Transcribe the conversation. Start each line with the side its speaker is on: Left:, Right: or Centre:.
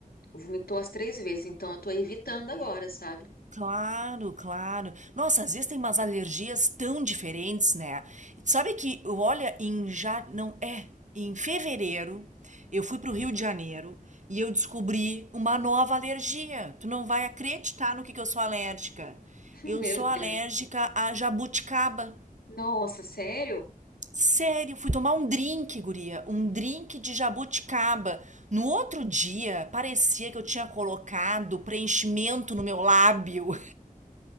Left: vomitou as três vezes, então eu tô evitando agora, sabe?
Right: Claro, claro. Nossa, às vezes tem umas alergias tão diferentes, né? E tu Sabe que, olha, em já não é, em fevereiro eu fui pro Rio de Janeiro e eu descobri uma nova alergia. Tu não vai acreditar no que que eu sou alérgica.
Left: <laughs> Meu
Right: Eu sou alérgica
Left: Deus.
Right: a jabuticaba.
Left: Nossa, sério?
Right: Sério, fui tomar um drink, guria, um drink de jabuticaba. No outro dia, parecia que eu tinha colocado preenchimento no meu lábio.